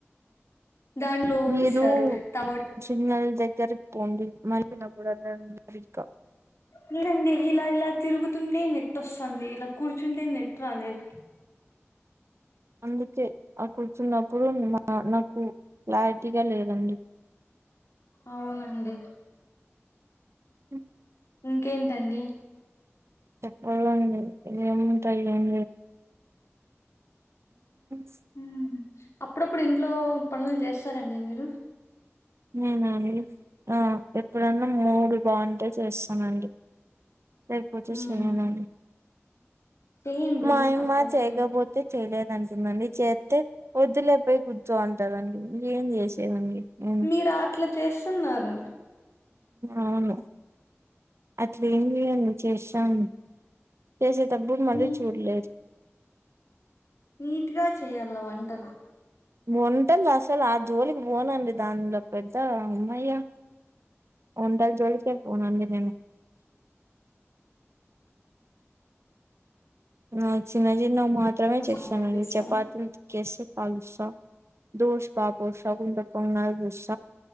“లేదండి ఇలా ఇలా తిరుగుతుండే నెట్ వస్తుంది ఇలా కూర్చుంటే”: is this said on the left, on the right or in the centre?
Left